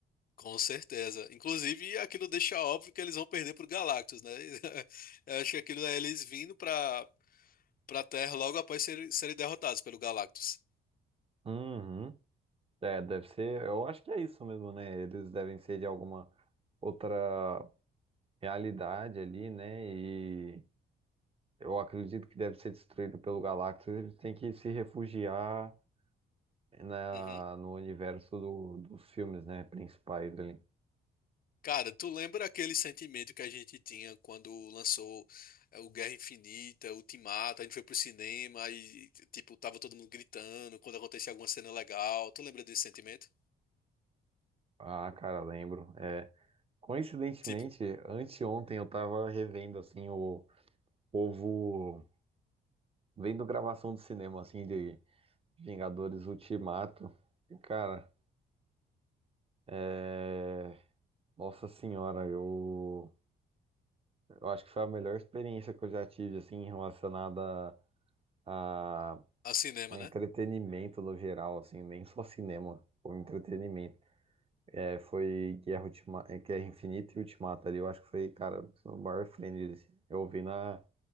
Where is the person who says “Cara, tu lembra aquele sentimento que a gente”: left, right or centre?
Left